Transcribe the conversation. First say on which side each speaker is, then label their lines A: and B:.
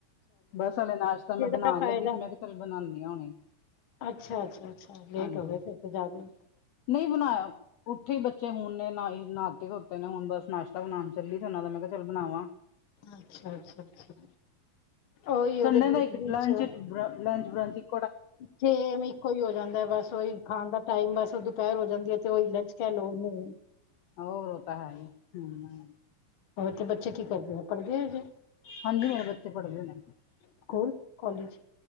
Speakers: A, on the left; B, on the left.
A: ਬਸ, ਹਲੇੇ ਨਾਸਤਾਂ ਮੈਂ
B: ਦਾ
A: ਬਨਾਨ
B: ਫਾਇਦਾ
A: ਲੱਗੀ ਸੀ, ਮੈਂ ਕਿਹਾ ਚੱਲ ਬਨਾਨੀ ਹਾ ਹੁਣੇ।
B: ਅੱਛਾ, ਅੱਛਾ, ਅੱਛਾ, ਲੇਟ
A: ਹਾਂਜੀ
B: ਹੋ ਗਏ ਫੇਰ ਤੇ ਜ਼ਿਆਦਾ ਈ।
A: ਨਹੀਂ ਬਨਾਇਆ ਉਠੇ ਈ ਬੱਚੇ ਹੁਣ ਨੇ, ਨਾਏ ਨਾਤੇ ਧੋਤੇ ਨੇ ਹੁਣ ਬਸ ਨਾਸ਼ਤਾ ਬਨਾਨ ਚੱਲੀ ਸੀ ੳਨਾਂ ਦਾ, ਮੈਂ ਕਿਹਾ ਚੱਲ ਬਨਾਵਾਂ
B: ਅੱਛਾ, ਅੱਛਾ, ਅੱਛਾ। ਉਹੀ ਉਹਦੇ
A: ਸੰਡੇ
B: ਗਰੁੱਪ
A: ਦਾ ਇੱਕ
B: ਵਿੱਚ
A: ਲੰਚ-ਬ੍ਰ, ਲੰਚ ਬ੍ਰੰਚ ਇਕ
B: ਸੇਮ ਇੱਕੋ ਹੀ ਹੋ ਜਾਂਦਾ ਬਸ ੳਹੀ ਖਾਨ ਦਾ ਟਾਇਮ ਬਸ ਦੋਪਹਰ ਹੋ ਜਾਂਦੀ ਏ ਤੇ ੳਹੀ ਲੰਚ ਕਹ ਲੋ ਓਨੂੰ
A: ਹਾ ਓ ਤਾ ਹੈ ਈ। ਹੂੰ।
B: ਔਰ ਤੇ ਬੱਚੇ ਕੀ ਕਰਦੇ ਏ? ਪਢ਼ਦੇ ਏ ਹਜੇ।
A: ਹਾਂਜੀ, ਮੇਰੇ ਬੱਚੇ ਪਢ਼ਦੇ ਨੇ।
B: School, college?